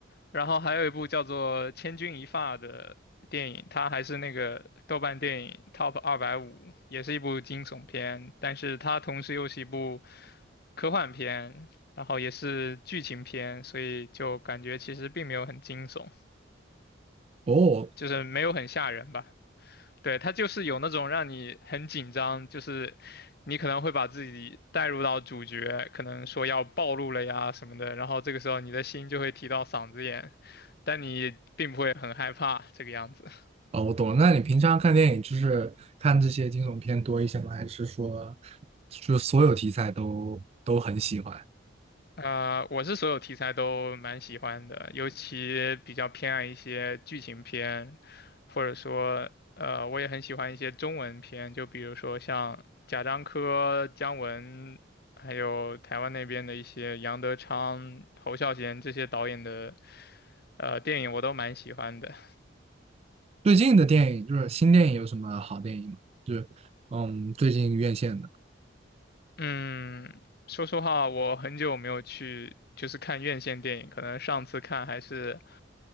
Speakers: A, on the left; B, on the right.
A: 然后还有一部叫做《千钧一发》的电影，它还是那个豆瓣电影 Top 二百五，也是一部惊悚片，但是它同时又是一部科幻片，然后也是剧情片，所以就感觉其实并没有很惊悚，
B: 哦，
A: 就是没有很吓人吧。对，它就是有那种让你很紧张，就是你可能会把自己带入到主角，可能说要暴露了呀什么的，然后这个时候你的心就会提到嗓子眼，但你并不会很害怕这个样子。
B: 哦，我懂了。那你平常看电影就是看这些惊悚片多一些吗？还是说，就所有题材都都很喜欢？
A: 呃，我是所有题材都蛮喜欢的，尤其比较偏爱一些剧情片，或者说，呃，我也很喜欢一些中文片，就比如说像贾樟柯、姜文，还有台湾那边的一些杨德昌、侯孝贤这些导演的呃电影，我都蛮喜欢的。
B: 最近的电影就是新电影有什么好电影吗？就是嗯，最近院线的。
A: 嗯，说实话，我很久没有去就是看院线电影，可能上次看还是。